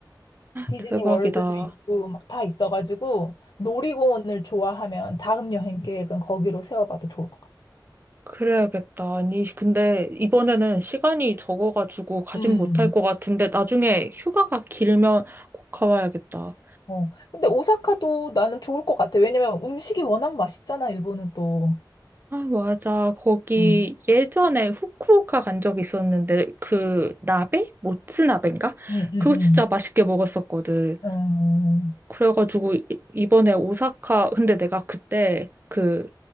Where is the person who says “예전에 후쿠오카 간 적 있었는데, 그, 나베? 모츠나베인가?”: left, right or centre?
Right